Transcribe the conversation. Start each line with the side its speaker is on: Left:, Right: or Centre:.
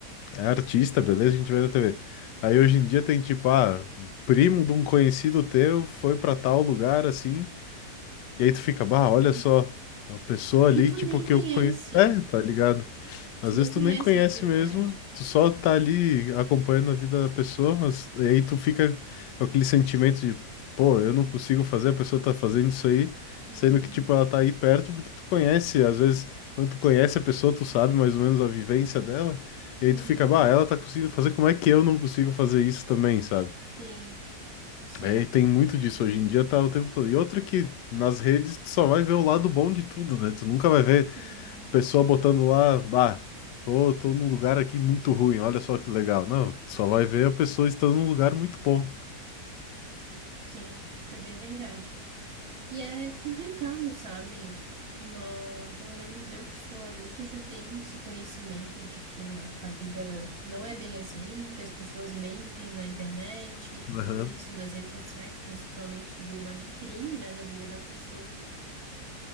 Left: É artista, beleza, a gente vê na TV. Aí hoje em dia tem tipo, ah, primo de um conhecido teu foi pra tal lugar assim, e aí tu fica, bah,
Right: uhum.
Left: olha só, uma pessoa ali,
Right: E tu
Left: tipo,
Right: nem
Left: que
Right: conhece,
Left: eu conheço. É, tá ligado? Às
Right: tu nem
Left: vezes
Right: conhece
Left: tu nem conhece
Right: de verdade.
Left: mesmo, tu só tá ali acompanhando a vida da pessoa, mas e aí tu fica com aquele sentimento de, pô, eu não consigo fazer, a pessoa tá fazendo isso aí,
Right: Uhum,
Left: sendo que, tipo, ela tá aí perto porque tu conhece, às vezes, quando tu conhece a pessoa, tu sabe mais ou menos a vivência dela, e aí
Right: uhum,
Left: tu fica, bah, ela tá conseguindo fazer, como é que eu não consigo fazer isso também, sabe?
Right: sim, sim.
Left: É, e tem muito disso hoje em dia, tá o tempo todo. E outra que nas redes tu só vai ver o lado bom de tudo, né? Tu nunca vai ver
Right: Uhum.
Left: pessoa botando lá, bah, tô, tô num lugar aqui muito ruim, olha só que legal. Não, tu só vai ver a pessoa estando num lugar muito bom.
Right: Sim, isso é bem verdade. E é complicado, sabe? Nó- pelo menos eu que sou adulta, eu já tenho esse conhecimento de que na- a vida não é bem assim, que as pessoas mentem na internet, tudo
Left: Aham.
Right: isso, nas redes sociais, principalmente, que vira uma vitrine, né, da vida da pessoa.